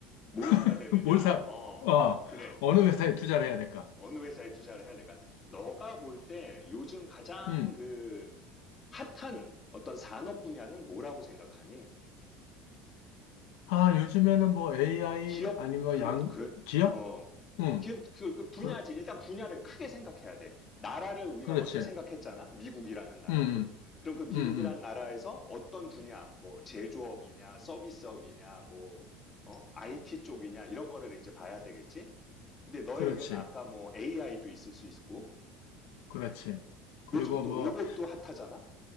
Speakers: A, on the left; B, on the left.
A: 뭘 사야
B: <laughs>
A: 되느냐?
B: 뭘 사?
A: 어,
B: 어,
A: 그래.
B: 어느 회사에 투자를 해야 될까?
A: 어느 회사에 투자를 해야 될까? 너가 볼 때 요즘 가장
B: 음.
A: 그 핫한 어떤 산업 분야는 뭐라고 생각하니?
B: 아, 요즘에는 뭐 AI
A: 기업
B: 아니면
A: 그렇
B: 뭐 양
A: 그렇
B: 기업?
A: 어
B: 응.
A: 기업 그, 그 분야지
B: 그,
A: 일단 분야를 크게 생각해야 돼. 나라를 우리가
B: 그렇지.
A: 먼저
B: 응,
A: 생각했잖아. 미국이라는 나라로.
B: 응,
A: 그럼 그 미국이라는
B: 응, 응.
A: 나라에서 어떤 분야, 뭐 제조업이냐, 서비스업이냐, 뭐 어? IT 쪽이냐 이런 거를 이제 봐야 되겠지. 근데 너의
B: 그렇지.
A: 의견은 아까 뭐 AI도 있을 수 있고
B: 그렇지. 그리고
A: 요즘 또
B: 뭐
A: 로봇도 핫하잖아.